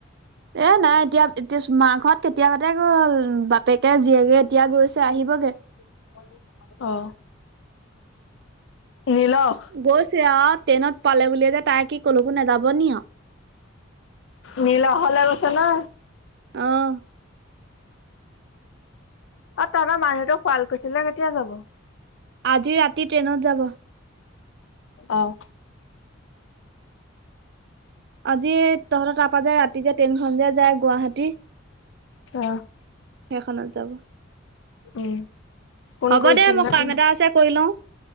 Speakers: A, on the right (about 55°); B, on the left (about 65°).
A: এ নাই এতিয়া, এতি মা ঘৰত কেতিয়াবাতে গল, বাপেকে জীয়েকে এতিয়া গৈছে, আহিবগৈ।
B: <unintelligible> অ', নীলখ?
A: গৈছে আও, ট্ৰেইনত পালে বুলিয়ে যে তাই কি কলকো নাযাব নি আও।
B: নীল হলে গৈছে নে?
A: অ'হ।
B: অ তহতৰ মাহতে শুৱাল কুছিলে কেতিয়া যাব?
A: আজি ৰাতি ট্ৰেইনত যাব।
B: অ'হ।
A: আজি তহঁতৰ তাৰপা যে ৰাতি যে ট্ৰেইনখন যে যায়, গুৱাহাটী
B: <unintelligible>
A: সেইখনত যাব।
B: উম ফোন
A: হ'ব
B: কৰিছিল
A: দে মোৰ
B: নে
A: কাম
B: কিনো?
A: এটা আছে কৰি লওঁ।